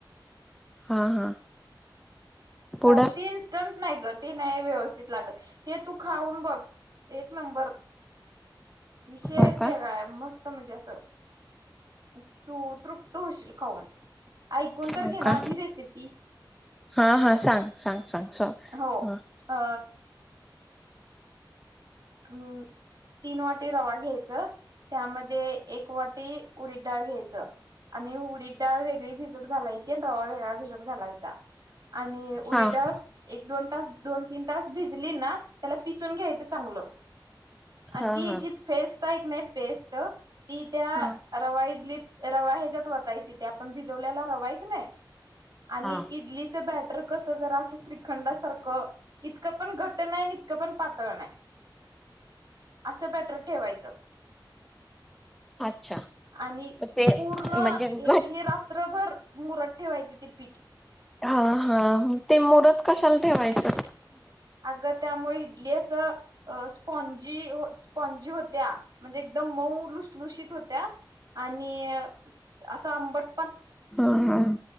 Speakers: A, in the centre; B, on the right.
A: हा, हा पुढं
B: काय ती इन्स्टंट नाय ग ती नाय व्यवस्थित लागत हे तू खाऊन बघ एक नंबर. विषयच
A: हो का
B: वेगळाय मस् म्हणजे असं तू तृप्त होशील खाऊन ऐकून तर
A: हो
B: घे ना
A: का
B: आधी रेसिपी.
A: हा हा सांग सांग सांग स
B: हो
A: हा
B: अ हम्म तीन वाटी रवा घ्यायचं त्यामध्ये एक वाटी उडीद डाळ घ्यायचं आणि उडीद डाळ वेगळी भिज भिजत घालायची आणि रवा वेगळा भिजत घालायचा आणि उडीद
A: हा हा
B: डाळ एक-दोन तास दोन-तीन तास भिजली ना त्याला पिसून घ्यायचं चांगलं आण
A: हा
B: ती
A: हा
B: जी फेस्ट आहे की नाही पेस्ट ती त्या
A: हा
B: रवा इडलीत रवा ह्याच्यात वतायची ते आपण भिजवल्याला रवा आहे की नाही आणि
A: हा
B: इडलीचा बॅटर कस जरा असं श्रीखंडा सारखं इतकं पण घट नाही आणि इतकं पण पातळ नाही असं ब्याटर ठेवायचं
A: अच्छा
B: आणि
A: ते
B: पूर्ण
A: म्हणजे
B: हे
A: घट
B: हे रात्रभर मुरात ठेवायचे ते पीठ
A: हा हा ते मुरत कशाला ठेवायचा?
B: अगं त्यामुळे इडली असं अ स्पॉनजी, स्पॉनजी होत्या म्हणजे एकदम मऊ लुशलुशीत होत्या आणि असा आंबट
A: हा हा